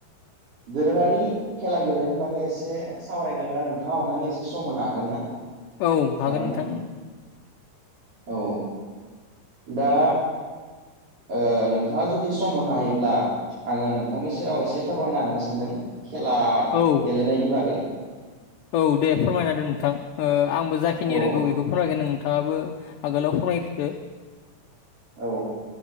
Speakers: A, on the right (about 40°); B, on the left (about 75°).
A: दोरोङारि खेला गेलेनायनि बागै एसे सावरायगोन दा नोंथाङा अननानै एसे सम होनो हागोन ना?
B: औ हागोन
A: थारैनो
B: नोंथां।
A: औ दा ओ नोंथाङा जुदि सम होनो हायोब्ला आङो नोंथांनि सेराव एसे फोरमायना होननो सानदों। खेला
B: औ
A: गेलेनायनि बागै
B: औ दे फोरमायना होदो नोंथां ओ आंबो जाखिनि
A: औ
B: रोंगौ इखौ फोरमायगोन नोंथाङाबो आगोलाव फोरमायग्रोदो।
A: औ